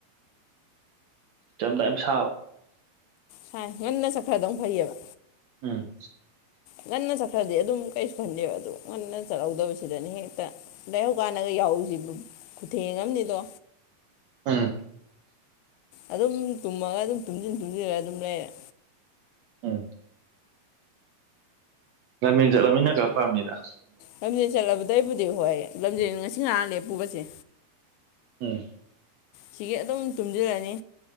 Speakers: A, on the right; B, on the left.
A: ꯆꯠꯂꯝꯗꯥꯢ ꯗꯧꯝ ꯁꯥꯕ
B: ꯁꯥꯏ ꯉꯟꯅ ꯆꯠꯈ꯭ꯔꯗꯧ ꯐꯩꯌꯦꯕ
A: ꯎꯝ
B: ꯉꯟꯅ ꯆꯠꯈ꯭ꯔꯗꯤ ꯑꯗꯨꯝ ꯀꯩꯁꯨ ꯈꯟꯗꯦꯕ ꯑꯗꯨ ꯉꯟꯅ ꯆꯠꯍꯧꯗꯕꯁꯤꯗꯅꯦ ꯍꯦꯛꯇ ꯂꯥꯏꯍꯧ ꯀꯥꯟꯗꯒ ꯌꯥꯍꯧꯁꯤꯁꯨ ꯈꯨꯊꯦꯡ ꯑꯃꯅꯤꯗꯣ
A: ꯎꯝ
B: ꯑꯗꯨꯝ ꯇꯨꯝꯃꯒ ꯑꯗꯨꯝ ꯇꯨꯝꯁꯤꯟ ꯇꯨꯝꯁꯤꯜꯂꯒ ꯑꯗꯨꯝ ꯂꯩꯔꯦ
A: ꯎꯝ <unintelligible> ꯐꯕꯅꯤꯗ
B: ꯂꯝꯖꯦꯜ ꯆꯠꯂꯕꯗꯩꯕꯨꯗꯤ ꯍꯣꯏ ꯂꯝꯖꯦꯜ ꯉꯁꯤ ꯉꯔꯥꯡ ꯂꯦꯞꯄꯨꯕꯁꯦ
A: ꯎꯝ
B: ꯁꯤꯒꯤ ꯑꯗꯨꯝ ꯇꯨꯝꯖꯤꯜꯂꯅꯤ